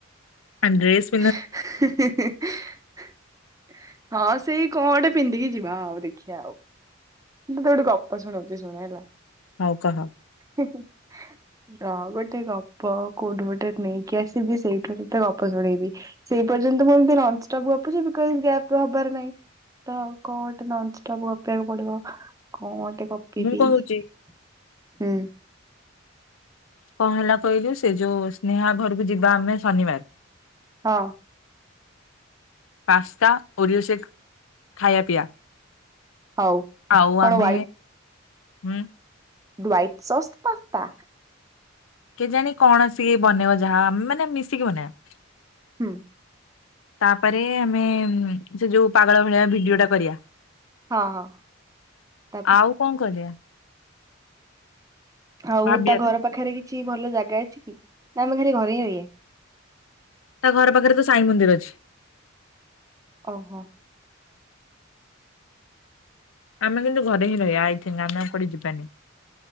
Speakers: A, on the left; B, on the right.
A: ଡ୍ରେସ୍।
B: <unintelligible> ହଁ ସେଇ କଣ ଗୋଟେ ପିନ୍ଧିକି ଯିବା ଆଉ ଦେଖିବା ଆଉ। ମୁ ତତେ ଗୋଟେ ଗପ ଶୁଣୋଉଛି ଶୁଣହେଲା।
A: ହଉ କହ।
B: ହିଁ ହିଁ। ରହ ଗୋଟେ ଗପ କୋଉଠୁ ଗୋଟେ ନେଇକି ଆସିବି ସେଇଠୁ ତତେ ଗପ ଶୁଣେଇବି। ସେ ପର୍ଯ୍ୟନ୍ତ ମୁଁ ଏମିତି ନନ୍ ଷ୍ଟପ ଗପୁଚି ଗ୍ୟାପ ହବାର ନାହିଁ। ତ ଆଉ କଣ ଗୋଟେ ନନଷ୍ଟପ୍ ଗପିବାକୁ ପଡିବ। କଣ ଗୋଟେ ଗପିବି‌ହୁଁ।
A: ମୁଁ କହୁଛି କଣ ହେଲା କହିଲୁ ସେ ଯୋଉ ସ୍ନେହା ଘରକୁ ଯିବା ଆମେ ଶନିବାର।
B: ହଁ।
A: ପସ୍ତା ଓରିଓସେକ୍ ଖାଇବା ପିଇବା।
B: ହଉ
A: ଆଉ
B: କଣ
A: ଆମେ ହୁଁ
B: ହ୍ବାଇଟ ସସ୍ ପାସ୍ତା।
A: କେ ଜାଣି କଣସିଏ ବନେଇବ ଯାହା ଆମେ ମାନେ ମିଶିକି ବନେଇବା।
B: ହୁଁ।
A: ତାପରେ ଆମେ ସେ ଯୋଉ ପାଗଳ ଭଳିଆ ଭିଡିଓ ଟା କରିବା।
B: ହଁ ହଁ ତାପରେ।
A: ଆଉ କଣ କରିବା?
B: ଆଉ
A: ଭାବିବା
B: ତା ଘର
A: ତ।
B: ପାଖରେ କିଛି ଭଲ ଜାଗା ଅଛି କି ନା ଆମେ ଘରେ ହିଁ ରହିବା।
A: ତା ଘର ପାଖରେ ତ ସାଇ ମନ୍ଦିର ଅଛି।
B: ଓହୋ।
A: ଆମେ କିନ୍ତୁ ଘରେ ହିଁ ରହିବା ଆଇଥିଙ୍ଗ ଆମେ ଆଉ କୁଆଡେ ଯିବାନି।